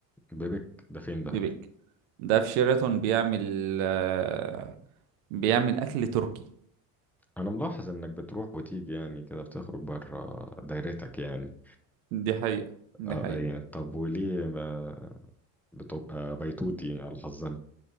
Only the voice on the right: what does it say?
بيبك
ده في شيراتون بيعمل آه، بيعمل اكل تركي
دي حقيقة دي
حقيقة